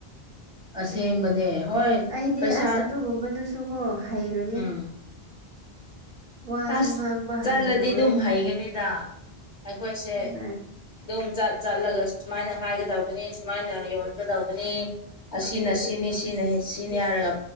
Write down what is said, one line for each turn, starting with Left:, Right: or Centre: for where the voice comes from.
Left: ꯑꯁꯦꯡꯕꯅꯦ ꯍꯣꯏ
Right: ꯑꯩꯗꯤ
Left: ꯄꯩꯁꯥ
Right: ꯑꯁ ꯑꯗꯨꯒꯨꯝꯕꯗꯨꯁꯨ ꯀꯣ ꯍꯩꯔꯣꯏꯌꯦ
Left: ꯎꯝ
Right: ꯋꯥꯁꯨ
Left: ꯑꯁ
Right: ꯉꯥꯡꯕ
Left: ꯆꯠꯂꯗꯤ
Right: ꯍꯩꯔꯣꯏ
Left: ꯑꯗꯨꯝ ꯍꯩꯒꯅꯤꯗ ꯑꯩꯈꯣꯏꯁꯦ
Right: ꯎꯝ
Left: ꯑꯗꯨꯝ ꯆꯠ ꯆꯠꯂꯒ ꯁꯨꯃꯥꯏꯅ ꯍꯥꯏꯒꯗꯧꯕꯅꯤ ꯁꯨꯃꯥꯏꯅ ꯌꯣꯟꯒꯗꯧꯕꯅꯤ ꯑꯁꯤꯅ ꯁꯤꯅꯤ ꯁꯤꯅꯤ ꯁꯤꯅꯤ ꯍꯥꯏꯔꯒ